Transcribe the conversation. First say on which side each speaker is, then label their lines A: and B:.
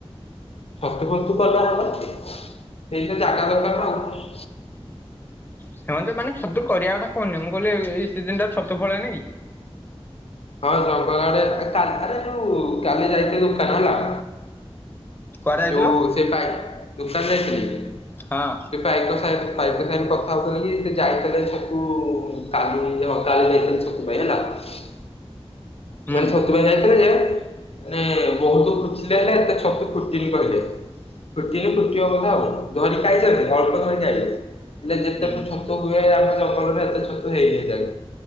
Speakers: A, on the left (about 70°); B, on the left (about 20°).
A: ଛତୁ ଫତୁ କଲ ହବ ଯେ, ସେତିଆ ଜାଗା ଦରକାର ନା ଆଉ।
B: ସେମାନେ ଯୋଉ ମାନେ ଛତୁ କରିବା କଥା କହୁନି। ମୁଁ କହିଲି ଏଇ ସିଜିନ୍ ଟା ରେ ଛତୁୁ ଫଳେନି କି।
A: ହଁ ଜଙ୍ଗଲ ଆଡେ କା ଆରେ ଯୋଉ କାଲି ଯାଇଥିଲୁ <unintelligible> ହେଲା।
B: କୁଆଡେ ଯାଇଥିଲ?
A: ଯୋଉ ସେ <unintelligible> ଦୋକାନ ଯାଇଥିଲେ।
B: ହଁ।
A: ସେ ପାଇକ ସାଙ୍ଗେ ସେ ପାଇକ ସାଙ୍ଗେ କଥା ହଉଥିଲି କି ସେ ଯାଇଥିଲେ ଛକ କୁ କାଲି <unintelligible> ଛକ। <unintelligible>
B: ହୁଁ।
A: ମୁଁ ଆଜି ଛତୁ ପାଇଁ ଯାଇଥିଲେ ଯେ ମାନେ ବହୁତ ଖୁଚିଲେ ହେଲେ ଏତେ ଛତୁ ଫୁଟିନ କହିଲେ। ଫୁଟିନି ଫୁଟିବ କହିଲା ଆଉ। <unintelligible> ଅଳ୍ପ ଧରିକି ଆଇଲେ। ହେଲେ ଯେତେକ
B: ହୁଁ।
A: ଛତୁ ହୁଏ ଆମ ଜଙ୍ଗଲରେ ହେତେ ଛତୁ ହେଇନି ଏଯାଏଁ।